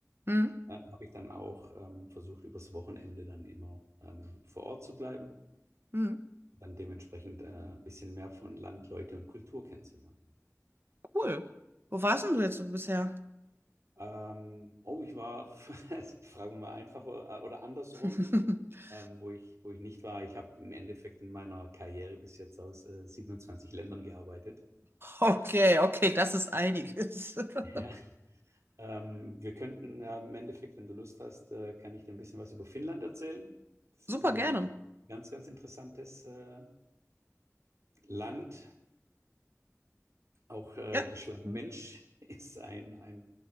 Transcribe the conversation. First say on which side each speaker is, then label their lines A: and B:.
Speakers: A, on the right; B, on the right.
A: mhm,
B: äh, habe ich dann auch ähm, versucht, übers Wochenende dann immer ähm, vor Ort zu bleiben
A: mhm.
B: dann dementsprechend äh, ein bisschen mehr von Land, Leute und Kultur kennenzulernen.
A: Cool. Wo warst denn du jetzt so bisher?
B: Ähm, oh, ich war, <laughs> fragen wir mal einfach äh, oder andersrum,
A: <laughs>
B: ähm, wo ich, wo ich nicht war. Ich habe im Endeffekt in meiner Karriere bis jetzt aus äh, 27 Ländern gearbeitet.
A: Okay, okay, das ist einiges. <laughs>
B: <laughs> Ja. Ähm, wir könnten ja im Endeffekt, wenn du Lust hast, äh, kann ich dir ein bisschen was über Finnland erzählen. Das
A: Super
B: ist ein
A: gerne.
B: ganz, ganz interessantes äh, Land. Auch äh,
A: Ja.
B: der Schlagmensch
A: Mhm.
B: <laughs> ist ein, ein,